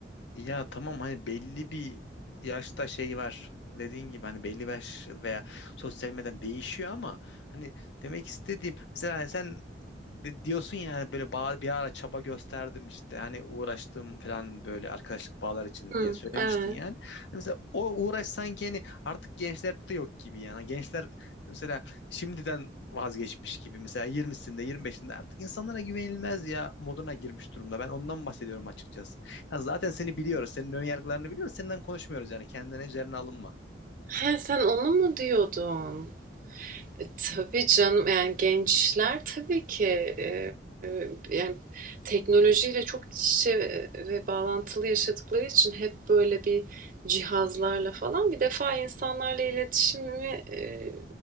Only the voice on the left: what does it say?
Ya tamam hani belli bir yaşta şey var. Dediğin gibi hani belli bir yaş veya sosyal medyadan değişiyor ama hani demek istediğim mesela sen de- diyorsun yani böyle bağ, bir ara çaba gösterdim işte hani uğraştım falan böyle arkadaşlık bağlar için
diye söylemiştin
yani. Hani mesela o uğraş sanki hani artık gençlerde yok gibi yani. Hani Gençler mesela şimdiden vazgeçmiş gibi mesela 20'sinde 25'inde artık insanlara güvenilmez ya moduna girmiş durumda. Ben ondan bahsediyorum açıkçası. Ha, zaten seni biliyoruz. Senin ön yargılarını biliyoruz. Senden konuşmuyoruz yani. Kendine üzerine alınma.